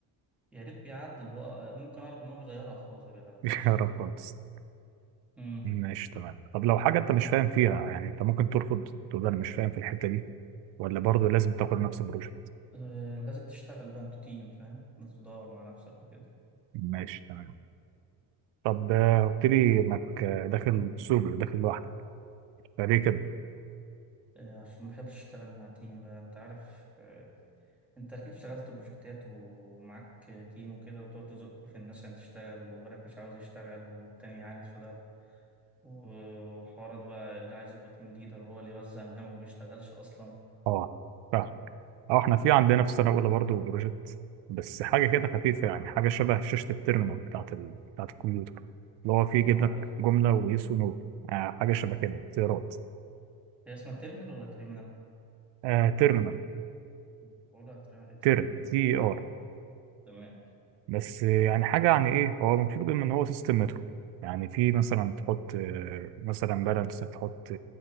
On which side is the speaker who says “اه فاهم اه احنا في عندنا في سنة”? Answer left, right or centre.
Right